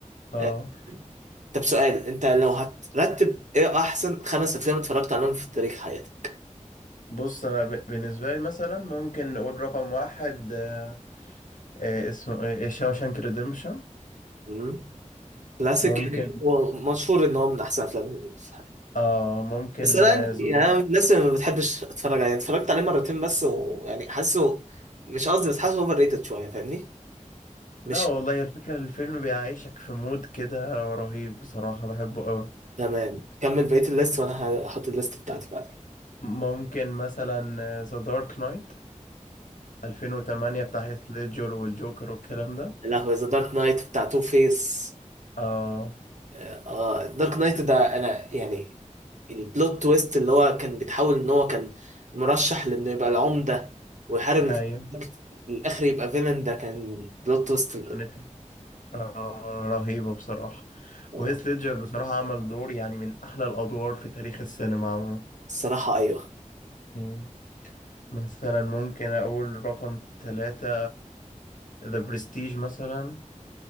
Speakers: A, on the left; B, on the right.
A: اه
B: آه، طب سؤال انت لو هترتب ايه احسن خمس افلام اتفرجت عليهم في تاريخ حياتك
A: بص انا ب- بالنسبه لي مثلا ممكن نقول رقم واحد آه، آه، اسمه ايه آه، شاوشانك ريديمبشن
B: امم كلاسيك
A: ممكن
B: يعني هو مشهور ان هو من احسن افلام في الحياه
A: اه ممكن
B: بس انا عندي-
A: آه، The
B: يعني
A: Dark-
B: انا من الناس اللي ما بتحبش اتفرج عليه اتفرجت عليه مرتين بس ويعني حاسه مش قصدي بس حاسه اوفر ريتد شويه فاهمني
A: لا
B: مش
A: والله الفكره الفيلم بيعيشك في مود كده رهيب بصراحه بحبه قوي
B: تمام كمل بقيه الليست وانا هحط الليست بتاعتي بعدين
A: ممكن مثلا ذا دارك نايت 2008 بتاع هيث ليدجر والجوكر والكلام ده
B: يا لهوي ذا دارك نايت بتاع تو فيس
A: اه
B: اه دارك نايت ده انا يعني البلوت تويست اللي هو كان بيتحول ان هو كان مرشح لانه يبقى العمدة ويحارب الفيلن،
A: ايوه
B: في الاخر يبقى فيلن ده كان بلوت تويست ال-
A: كانت آه رهيبة بصراحة
B: آه،
A: وهيث ليدجر بصراحة عمل دور يعني من أحلى الأدوار في تاريخ السينما عموما
B: الصراحة ايوه
A: مم. مثلا ممكن أقول رقم ثلاثة ذا برستيج مثلا